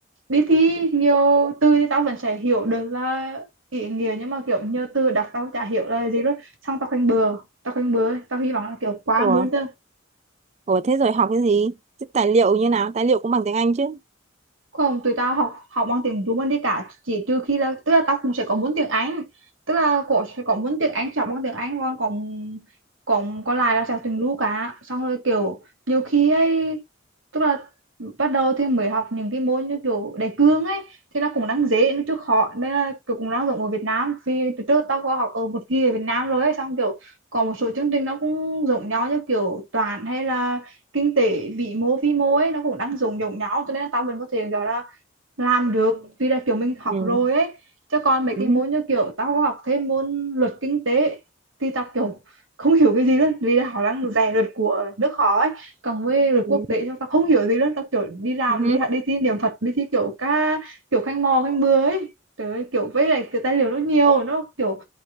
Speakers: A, on the right (about 80°); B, on the right (about 35°).
A: đi thi nhiều từ thì tao vẫn sẽ hiểu được là ý nghĩa nhưng mà kiểu nhiều từ đọc tao chả hiểu là gì luôn xong tao khoanh bừa tao khoanh bừa tao hy vọng là kiểu quá
B: Ủa,
A: muốn chứ
B: ủa thế rồi học cái gì? Thế tài liệu như nào? Tài liệu cũng bằng tiếng Anh chứ?
A: Không, tụi tao học học bằng tiếng Trung Anh đi cả chỉ trừ khi là tức là tao cũng sẽ có muốn tiếng Anh tức là cổ sẽ có muốn tiếng Anh sẽ học bằng tiếng Anh còn còn còn còn lại là sẽ học tiếng Lu cả xong rồi kiểu nhiều khi ấy tức là bắt đầu thì mới học những cái môn như kiểu đề cương ấy thì nó cũng đang dễ nó chưa khó nên là kiểu cũng đang dùng ở Việt Nam vì từ trước tao có học ở một kỳ ở Việt Nam rồi ấy xong kiểu còn một số chương trình nó cũng giống nhau như kiểu toán hay là kinh tế vĩ mô vi mô ấy nó cũng đang dùng giống nhau cho nên là tao vẫn có thể gọi là làm được vì là kiểu mình học
B: Ừ.
A: rồi ấy Cho còn mấy cái
B: Ừ.
A: môn như kiểu tao có học thêm môn luật kinh tế thì tao kiểu không hiểu cái gì luôn vì là họ đang rè luật của nước họ ấy còn với luật
B: Ừ.
A: quốc tế thì tao không hiểu gì luôn tao kiểu đi làm
B: Ừ.
A: đi đi thi niệm Phật đi thi kiểu ca kiểu khanh mò khanh bừa ấy trời ơi, kiểu với lại cái tài liệu nó nhiều nó kiểu